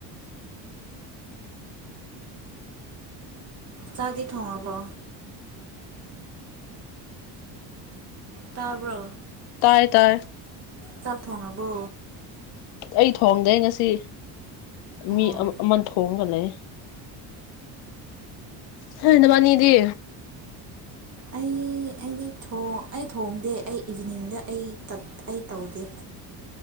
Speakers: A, on the right; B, on the left.
A: ꯆꯥꯛꯇꯤ ꯊꯣꯡꯉꯕꯣ ꯇꯥꯕ꯭ꯔꯣ
B: ꯇꯥꯏ ꯇꯥꯏ
A: ꯆꯥꯛ ꯊꯣꯡꯉꯕꯣ
B: ꯑꯩ ꯊꯣꯡꯗꯦ ꯉꯁꯤ
A: ꯑꯣ
B: ꯃꯤ ꯑꯃ ꯊꯣꯡꯉꯒ ꯂꯩ ꯍꯣꯏ ꯅꯕꯥꯅꯤꯗꯤ
A: ꯑꯩ ꯑꯩꯗꯤ ꯑꯩ ꯊꯣꯡꯗꯦ ꯑꯩ ꯏꯚꯤꯅꯤꯡꯗ ꯑꯩ ꯑꯩ ꯇꯧꯗꯦ